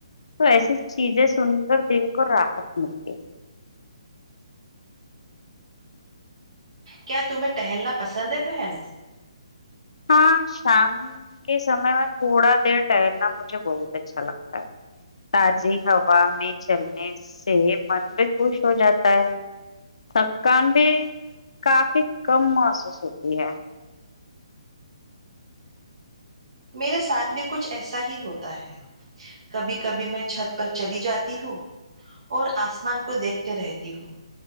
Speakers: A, on the left (about 75°); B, on the right (about 60°).
A: تو ایسی چیزیں سن <unintelligible> ر دن کو رحت مل <unintelligible>
B: کیا تمہیں ٹہلنا پسند ہے بہن
A: ہاں شام کے سمے میں تھوڑا دیر ٹہلنا مجھے بہت اچھا لگتا ہے تازی ہوا میں چلنے سے من بھی خوش ہو جاتا ہے تھککان بھی کافی کم محسوس ہوتی ہے <unintelligible>
B: میرے ساتھ بھی کچھ ایسا ہی ہوتا ہے کبھی کبھی میں چھت پر چلی جاتی ہوں اور آسمان کو دیکھتے رہتی ہوں